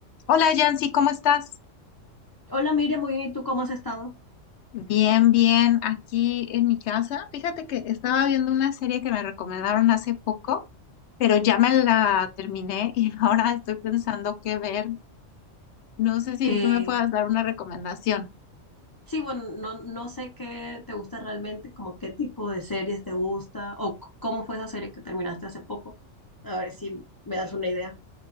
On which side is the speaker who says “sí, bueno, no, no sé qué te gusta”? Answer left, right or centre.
Left